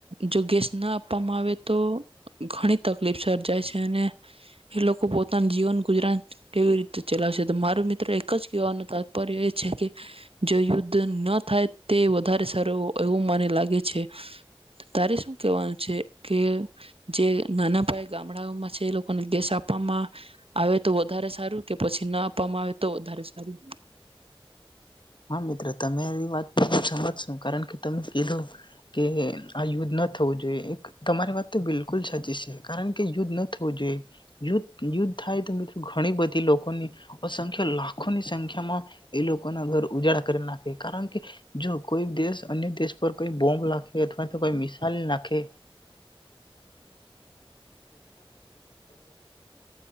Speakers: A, on the right; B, on the left.
A: જો ગેસ ના આપવામાં આવે તો ઘણી તકલીફ સર્જાય છે અને એ લોકો પોતાનું જીવન ગુજરાન કેવી રીતે ચલાવશે તો મારું મિત્ર એક જ કહેવાનું તાત્પર્ય એજ જ કે જો યુદ્ધ ન થાય તે વધારે સારું એવું મને લાગે છે તારે શું કેવાનું છે કે જે નાના પાયે ગામડાઓમાં છે એ લોકોને ગેસ આપવામાં આવે તો વધારે સારું કે પછી ના આપવામાં આવે તો વધારે સારું
B: હા મિત્ર તમેરી વાત સમજશો કારણ કે તમે કીધું કે આ યુદ્ધ ના થવું જોઈએ એક તમારી વાત તો બિલકુલ સાચી છે કારણ કે યુદ્ધ ન થવું જોઈએ યુદ્ધ યુદ્ધ થાય તો મિત્રો ઘણી બધી લોકોની અસંખ્યા લાખોની સંખ્યામાં એ લોકોના ઘર ઉજાળ કરી નાખે કારણ કે જો કોઈ દેશ અન્ય દેશ પાર કોઈ બૉમ્બ નાંખે અથવા કોઈ મિસાઈલ નાખે